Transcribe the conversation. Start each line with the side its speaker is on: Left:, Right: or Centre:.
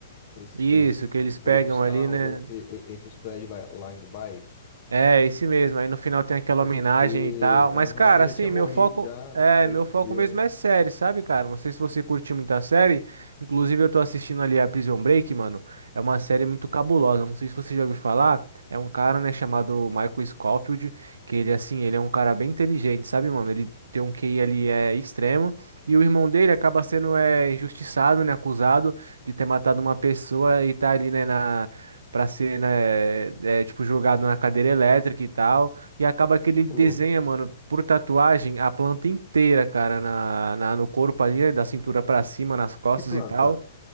Left: Que eles,
Right: isso,
Left: que eles
Right: que eles pegam
Left: colocam os carros
Right: ali, né,
Left: entre, e- entre os prédios lá, lá em Dubai.
Right: É, esse mesmo. Aí no final tem aquela
Left: Pode
Right: homenagem
Left: crer.
Right: e tal.
Left: Aham,
Right: Mas, cara,
Left: que ele
Right: assim,
Left: já tinha morrido
Right: meu foco.
Left: já,
Right: É,
Left: né? No meio
Right: meu
Left: do filme.
Right: foco mesmo é série, sabe, cara? Não sei se você curtiu muita série. Inclusive, eu tô assistindo ali a Prison Break, mano. É uma série muito cabulosa. Não sei se você já ouviu falar. É um cara, né, chamado Michael Scofield, que ele, assim, ele é um cara bem inteligente, sabe, mano? Ele tem um QI ali é extremo. E o irmão dele acaba sendo é, injustiçado, né, acusado de ter matado uma pessoa e tá ali, né, na Pra ser, né, é, é, tipo, jogado na cadeira elétrica e tal. E acaba que ele desenha,
Left: Ô, louco.
Right: mano, por tatuagem, a planta inteira, cara, na, na- no corpo ali, né, da cintura pra cima, nas costas
Left: Que planta?
Right: e tal.